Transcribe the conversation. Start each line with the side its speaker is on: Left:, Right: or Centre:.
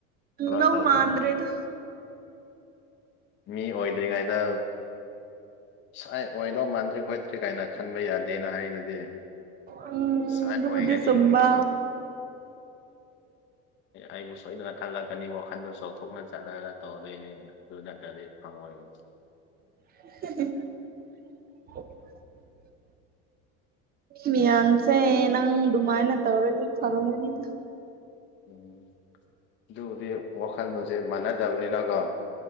Left: ꯐ
Right: ꯅꯧ
Left: ꯇꯗꯒ
Right: ꯃꯥꯟꯗ꯭ꯔꯦꯗ
Left: ꯃꯤ ꯑꯣꯏꯗ꯭ꯔꯤꯉꯩꯗ ꯁꯥꯏ ꯑꯣꯏꯩꯅꯣ ꯃꯥꯟꯇ꯭ꯔꯤꯣꯏ ꯀꯔꯤ ꯀꯥꯏꯅ ꯈꯟꯕ ꯌꯥꯗꯦꯅ ꯍꯥꯏꯗꯨꯗꯤ
Right: ꯎꯝ
Left: ꯁꯥꯏ
Right: ꯑꯗꯨꯕꯨꯗꯤ
Left: ꯑꯣꯏꯒꯅꯤ
Right: ꯆꯨꯝꯕ
Left: ꯑꯩꯕꯨ ꯁꯣꯏꯗꯅ ꯈꯜꯂꯛꯀꯅꯤ ꯋꯥꯈꯟꯗꯣ ꯆꯥꯎꯊꯣꯛꯅ ꯆꯠꯂꯒ ꯇꯧꯗꯣꯏꯅꯦ ꯑꯗꯨꯅ ꯈꯪ ꯑꯣꯏꯣꯏ
Right: <inaudible> ꯃꯤꯌꯥꯟꯁꯦ ꯅꯪ ꯑꯗꯨꯃꯥꯏꯅ ꯇꯧꯔꯒ ꯐꯔꯝꯒꯅꯤꯗ
Left: ꯎꯝ ꯑꯗꯨꯕꯨꯗꯤ ꯋꯥꯈꯜꯂꯣꯟꯁꯦ ꯃꯥꯟꯅꯗꯕꯅꯤꯅꯀꯣ